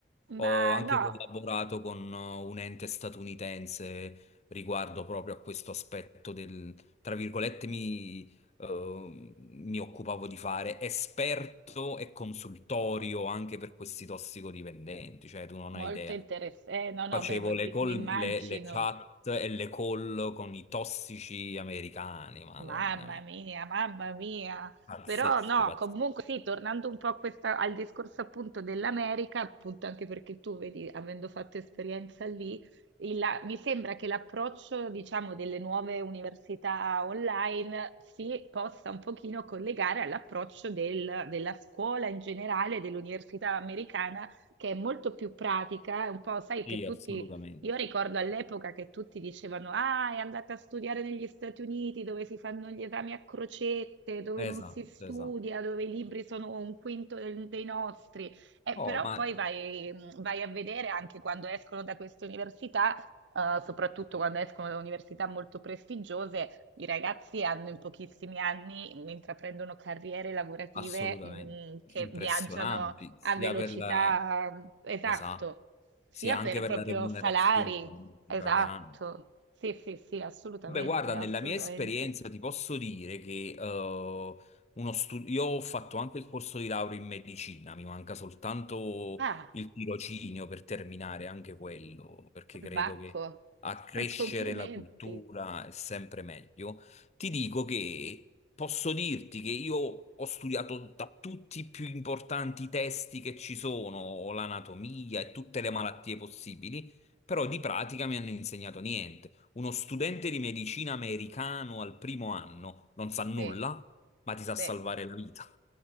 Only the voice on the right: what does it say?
Ma
no,
molto
interessante. no, no,
beh, ma
mi,
mi immagino.
Mamma
mia, mamma mia.
Però no,
comunque sì, tornando un po' a questa- al discorso appunto dell'America, appunto anche perché tu vedi, avendo fatto esperienza lì, il- la- mi sembra che l'approccio, diciamo, delle nuove università online si possa un pochino collegare all'approccio del- della scuola in generale, dell'università americana, che è molto più pratica, è un po', sai,
che tutti
io ricordo all'epoca che tutti dicevano: Ah, è andata a studiare negli Stati Uniti dove si fanno gli esami a crocette, dove non
si studia,
dove i libri sono un quinto del- dei nostri. Eh,
però
poi vai, vai a vedere anche quando escono da queste università, eh, soprattutto quando escono da università molto prestigiose, i ragazzi hanno in pochissimi anni, intraprendono carriere lavorative,
mm, che
viaggiano
a velocità,
esatto,
sia
per
proprio
salari,
esatto,
sì, sì, sì, assolutamente,
assolutamente.
Ah,
Bacco,
<laughs> complimenti,
sì,
sì.